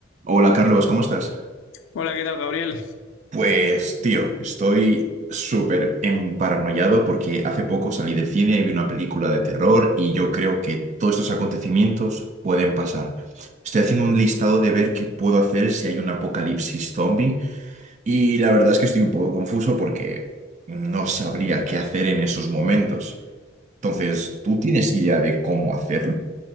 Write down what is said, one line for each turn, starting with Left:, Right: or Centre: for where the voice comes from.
Right: Hola Carlos, ¿cómo estás?
Left: Hola, ¿qué tal, Gabriel?
Right: Pues tío, estoy súper emparanoiado porque hace poco salí del cine, y vi una película de terror y yo creo que todos estos acontecimientos pueden pasar. Estoy haciendo un listado de ver qué puedo hacer si hay un apocalipsis zombie y la verdad es que estoy un poco confuso porque no sabría qué hacer en esos momentos. Entonces, ¿tú tienes idea de cómo hacerlo?